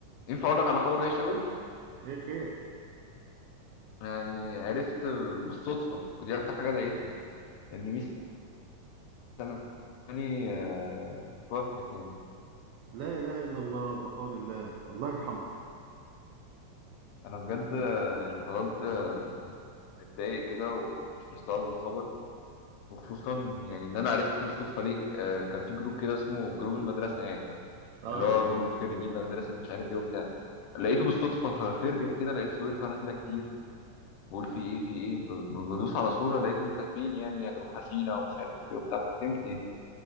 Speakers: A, on the left; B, on the right.
A: ينفع اقول لك على خبر وحش قوي
B: ايه خير
A: يعني عرفت بالصدفه ودي اكتر حاجه ضايقتني ان ميس اماني آه، توفت يعني
B: لا اله الا الله البقاء لله الله يرحمها
A: انا بجد آه، يعني فضلت آه، يعني متضايق كده ومش مستوعب الخبر وخصوصا يعني ان انا عرفت بالصدفه ليه آه كان في جروب كده اسمه جروب المدرسه يعني
B: اه
A: اللي هو جروب خريجين مدرسه مش عارف ايه وبتاع لقيته بالصدفه ففر كده لقيت صورتها نازله كتير بقول في ايه في ايه ب- ب- بدوس على صوره لقيتهم كاتبين يعني هتروح حسينا ومش عارف ايه وبتاع ففهمت يعني